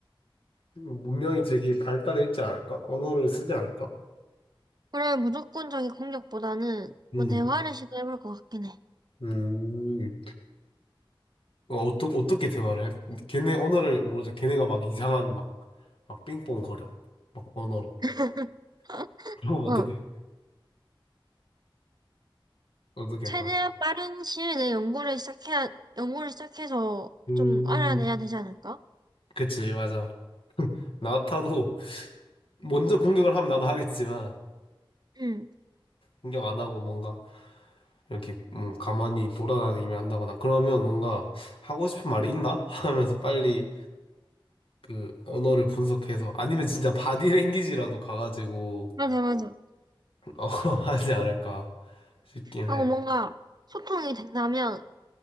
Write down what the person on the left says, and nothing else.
문명이 되게 발달해 있지 않을까? 언어를 쓰지 않을까?
음,
음, 어, 어떠, 어떻게 대화를 해? 걔네 언어를 모르죠. 걔네가 막 이상한 막, 막 삥뽕 거려. 막 언어로.
<laughs> 그럼 어떻게,
어떻게
할 거야?
음,
그치, 맞아. <laughs> 나 같아도 먼저 공격을 하면 나도 하겠지만,
공격 안 하고 뭔가 이렇게 음, 가만히 돌아다니며 한다거나 그러면 뭔가 하고 싶은 말이 있나? <laughs> 하면서 빨리 그 언어를 분석해서 아니면 진짜 바디랭귀지라도 가가지고
어, <laughs> 하지 않을까 싶긴
해.